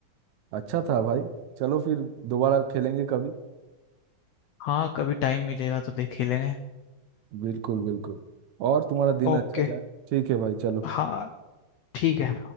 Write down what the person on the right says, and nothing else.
अच्छा था भाई चलो फिर दोबारा खेलेंगे कभी
बिल्कुल बिल्कुल और तुम्हारा दिन
अच्छा जाए ठीक है भाई चलो